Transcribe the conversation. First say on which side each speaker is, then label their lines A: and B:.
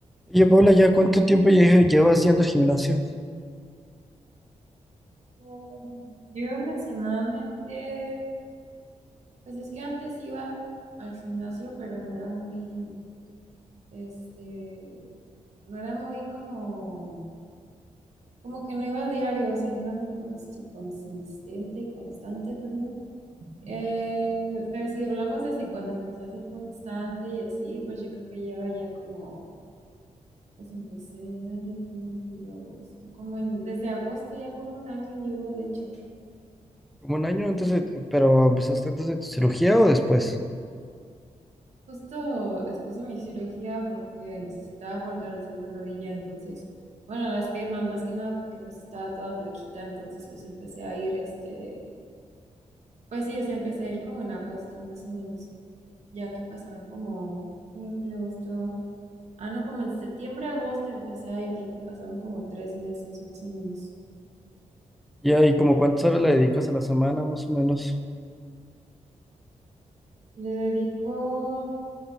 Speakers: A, in the centre; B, on the right.
A: Oye, Paula, ¿ya cuánto tiempo lle- llevas yendo al gimnasio?
B: Mm, Yo aproximadamente, pues es que antes iba al gimnasio, pero no era muy, este, no era muy como, como que no iba a diario, o sea, no era muy consi- consistente, constante, perdón. Eh, pero si hablamos desde cuando empecé a ser constante y así, pues yo creo que lleva ya como, pues empecé en mayo, junio, julio, agosto, como en, desde agosto ya como un año llevo, de hecho.
A: ¿Como un año antes de, pero empezaste antes de tu cirugía o después?
B: Justo después de mi cirugía porque necesitaba fortalecer la rodilla, entonces, bueno, las piernas más que nada porque pues estaba toda flaquita, entonces pues empecé a ir este, pues sí, o sea, empecé a ir como en agosto más o menos, ya que pasaron como junio, julio, agosto, ah, no, como en septiembre, agosto empecé a ir, ya que pasaron como tres meses más o menos.
A: Ya, ¿y como cuántas horas le dedicas a la semana, más o menos?
B: Le dedico,